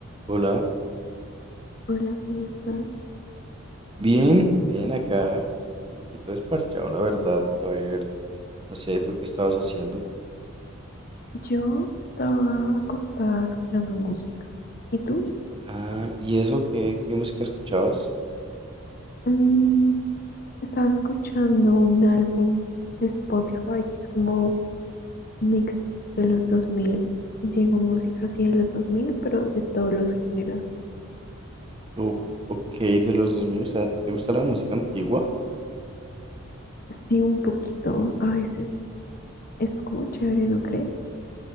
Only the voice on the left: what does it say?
Hola, ¿cómo estás?
Yo estaba acostada escuchando música. ¿Y tú?
Mm, estaba escuchando un álbum de Spotify que es como un mix de los 2000. Digo música así de los 2000, pero de todos los géneros.
Sí, un poquito. A veces es como chévere, ¿no crees?